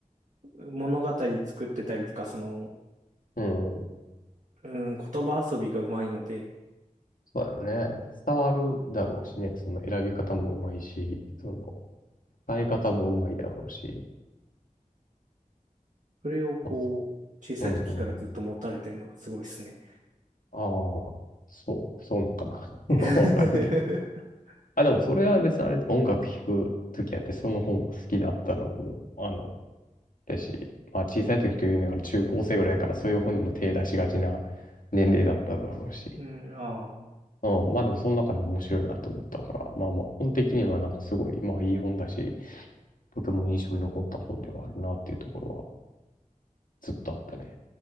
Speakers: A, on the right; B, on the left.
A: 物語作ってたりとか、その、
B: うん。
A: うん、言葉遊びがうまいので、
B: そうだよね。伝わるだろうしね。その選び方もうまいし、その伝え方もうまいだろうし。
A: それをこう、
B: あ、
A: 小さい時からずっと持たれてるのがすごいですね。
B: うんうん。ああ、そう、そうなのかな。<laughs>
A: <laughs>
B: わからんけど。あ、でもそれは別にあれって音楽聴くときやって、その本も好きだったのも、あの、だし、まあ小さい時というのが中高生ぐらいからそういう本にも手出しがちな年齢だっただろうし。
A: うん、ああ。
B: うん、まあでもその中でも面白いなと思ったから、まあまあ本的にはなんかすごい、まあいい本だし、とても印象に残った本ではあるなっていうところはずっとあったね。